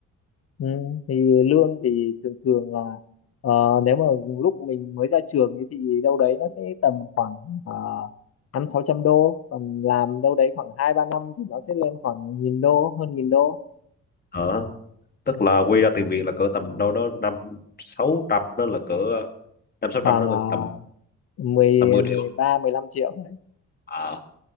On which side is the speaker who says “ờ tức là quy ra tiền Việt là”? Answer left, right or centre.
Left